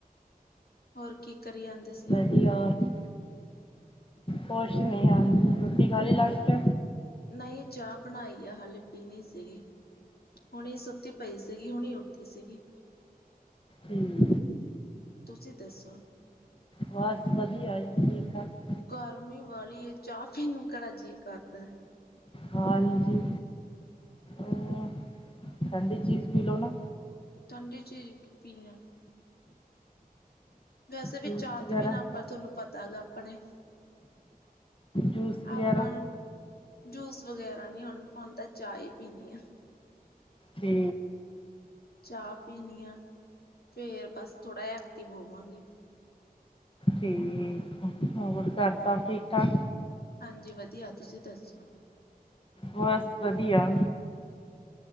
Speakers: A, on the left; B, on the left.
A: ਹੋਰ ਕੀ ਕਰੀ ਆਂਦੇ ਸੀ?
B: ਜਹ ਕੁਸ਼ ਨਹੀਂ ਆ ਰੋਟੀ ਖਾ ਲਈ ਲਾਂ ਕੇ।
A: ਨਹੀਂ ਚਾਹ ਬਣਾਈ ਆ ਹਾਲੇ ਪੀਣੀ ਸੀਗੀ। ਹੁਣੀ ਸੁੱਤੀ ਪਈ ਸੀਗੀ, ਹੁਣੀ ਉੱਠੀ ਸੀਗੀ।
B: ਹੂੰ।
A: ਤੁਸੀਂ ਦੱਸੋ?
B: ਬਸ ਵਧੀਆ ਜੀ, ਠੀਕ -ਠਾਕ
A: ਗਰਮੀ ਵਾਲੀ ਐ, ਚਾਹ ਪੀਣ ਨੂੰ ਕਿਹੜਾ ਜੀਅ ਕਰਦਾ ਏ।
B: ਹਾਂਜੀ! ਉਹ ਠੰਡੀ ਚੀਜ਼ ਪੀ ਲਓ ਨਾ
A: ਠੰਡੀ ਚੀਜ਼ <unintelligible> ਵੈਸੇ ਵੀ
B: ਜੂਸ
A: ਚਾਹ
B: ਵਗੈਰਾ
A: ਤੋਂ ਬਿਨਾਂ ਆਪਾਂ ਥੋਨੂੰ ਪਤਾ ਹੈਗਾ ਆਪਣੇ
B: ਜੂਸ ਵਗੈਰਾ
A: ਆਪਾਂ ਨੂੰ, ਜੂਸ ਵਗੈਰਾ ਨਹੀਂ ਹੁੰਣ, ਹੁਣ ਤਾਂ ਚਾਹ ਹੀ ਪੀਣੀ ਹੈ।
B: 'ਤੇ
A: ਚਾਹ ਪੀਣੀ ਹੈ, ਫੇਰ ਬਸ ਥੋੜ੍ਹਾ ਜਿਹਾ ਐਕਟਿਵ ਹੋਵਾਂਗੀ।
B: ਠੀਕ, ਹੋਰ ਘਰ ਸਭ ਠੀਕ- ਠਾਕ
A: ਹਾਂਜੀ! ਵਧੀਆ ਤੁਸੀਂ ਦੱਸੋ
B: ਬਸ ਵਧੀਆ